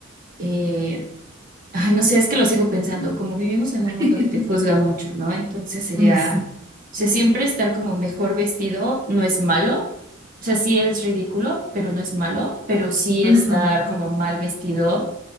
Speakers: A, on the right; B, on the right.
A: eh, Ay, no sé, es que lo sigo pensando, como vivimos en un
B: <laughs>
A: mundo que te juzga mucho, ¿no? Entonces sería,
B: Ay, sí.
A: o sea, siempre estar como mejor vestido no es malo, o sea, sí es ridículo, pero no es malo, pero sí
B: Ajá.
A: estar como mal vestido